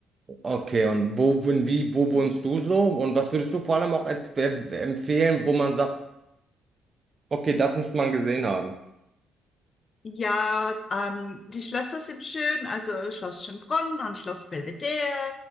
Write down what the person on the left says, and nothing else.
Ja, ähm, die Schlösser sind schön, also Schloss Schönbrunn und Schloss Belvedere